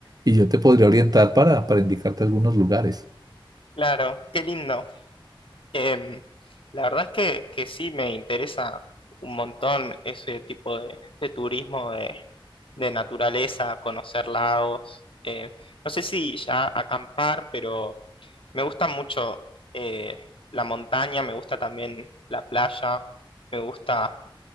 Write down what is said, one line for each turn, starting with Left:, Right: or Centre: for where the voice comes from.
Right: y yo te podría orientar para, para indicarte algunos lugares.
Left: Claro, qué lindo. Em, la verdad es que, que sí me interesa un montón ese tipo de, de turismo de de naturaleza, conocer lagos. eh, no sé si ya acampar, pero me gusta mucho eh, la montaña, me gusta también la playa, me gusta